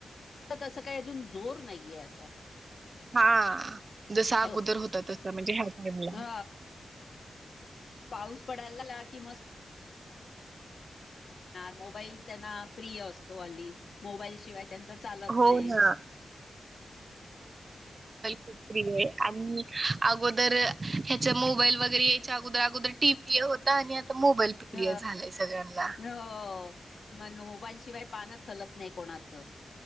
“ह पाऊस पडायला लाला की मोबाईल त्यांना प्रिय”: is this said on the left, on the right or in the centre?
Left